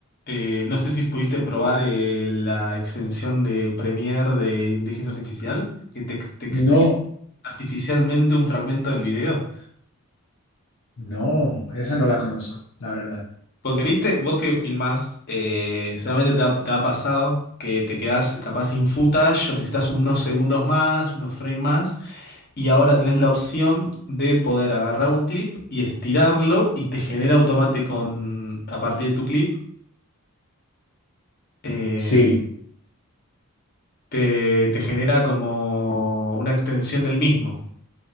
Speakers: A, on the left; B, on the left.
A: eh, no sé si pudiste probar eh, la extensión de Premiere de inteligencia artificial, que te ex- te extiende
B: No,
A: artificialmente un fragmento del video.
B: no, esa no la conozco, la verdad.
A: Porque viste, vos que filmás, eh, seguramente te ha, te ha pasado que te quedás capaz sin footage o necesitas unos segundos más, unos frames más, y ahora tenés la opción de poder agarrar un clip y estirarlo y te genera automático con- a partir de tu clip eh,
B: Sí,
A: te, te genera como una extensión del mismo.